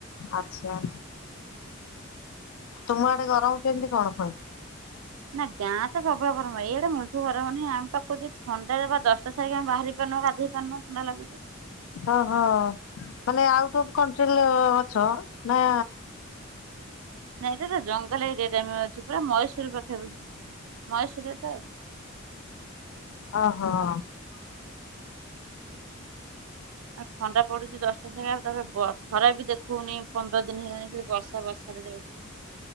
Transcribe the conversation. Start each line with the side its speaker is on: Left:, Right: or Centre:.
Left: ଆଚ୍ଛା। ତୁମ ଆଡେ ଗରମ କେମିତି କଣ? <inaudible>
Right: ନା ଗାଁ ତ ପ୍ରବଳ ଗରମ। ଏଇଷଆଡେ ମୁଠୁ ଗରମ ନାହିଁ। ଆମେ ପାଖକୁ ଯେ ଥଣ୍ଡାରେ ବା ଦଶଟା ସାଇକି ଆମେ ବାହାରି ପାରୁନୁ। ଗାଧେଇ ପାରନୁ ଥଣ୍ଡା ଲାଗୁଚି।
Left: ଓହୋ! ମାନେ ଆଉଟ ଅଫ୍ କଣ୍ଟ୍ରି ଲ ଅଛ, ନା
Right: ନାଇଁ ତ ଏଟ ଜଙ୍ଗଲ ଏରିଆ ଟା ଆମେ ଅଛୁ ପୁରା। ମଏଶୂର ପାଖାପାଖି। ମଏଶୂରରେ ତ।
Left: ଓ ହଁ।
Right: ଆଉ ଥଣ୍ଡା ପଡୁଚି ଦଶଟା ସାଙ୍ଗା ତାପରେ ବ- ଖରା ବି ଦେଖଉନି ପନ୍ଦର ଦିନ ହେଇଗଲାଣି ଖାଲି ବର୍ଷା ବର୍ଷାରେ ଯାଉଚି।